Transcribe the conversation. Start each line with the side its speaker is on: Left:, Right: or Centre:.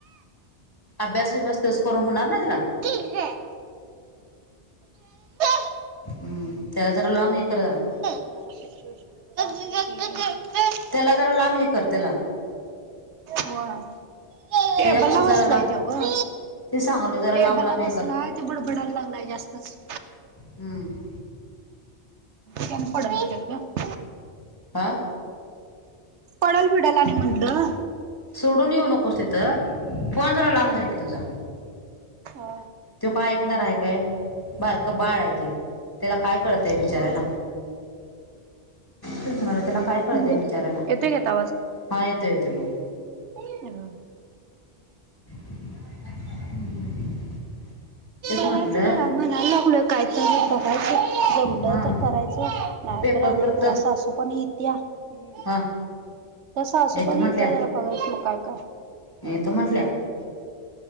Left: अभ्यास बीभ्यास तस करून होणार नाही तुला.
Right: ठीक आहे. <unintelligible>
Left: हम्. त्याला जरा लांब हे कर जरा.
Right: <unintelligible>
Left: त्याला जरा लांब हे कर त्याला.
Right: व्हय. टेबलला
Left: त्याच्यापासून जरा
Right: बसलाय
Left: लांब
Right: तो ग.
Left: ते सांगलोय. जरा
Right: टेबलला
Left: लांब लांब हे
Right: बसलाय.
Left: कर
Right: ते बडबडायला लागलाय जास्तच.
Left: हम्म.
Right: ते आणि पडलं बिडल ग.
Left: हा.
Right: पडल बीडल आणि म्हणलं.
Left: सोडून येऊ नकोस तिथं. फोन जरा लांब धर की तुझा.
Right: हा.
Left: तो काय ऐकणार आहे काय. बारक बाळ आहे ते, त्याला काय कळतय बिचाऱ्याला.
Right: होय
Left: तेच म्हणालोय त्याला कळते
Right: बोल
Left: बिचाऱ्याला.
Right: येतोय का आता
Left: हा येतो येतोय बोल.
Right: हॅलो.
Left: <unintelligible> तेच
Right: बघायचं
Left: म्हटलं
Right: जरा, म्हणाय लागलोय कायतर बघायचं. जमलं
Left: हा
Right: तर करायचं नाही
Left: पेपर
Right: तर राहूदे.
Left: पुरतं
Right: घरात सासूपण येत्या. हम.
Left: हा
Right: सासू
Left: येतो
Right: पण
Left: म्हटल्या
Right: इथ्या जरा बघायच मग कायतर.
Left: येतो म्हटल्या.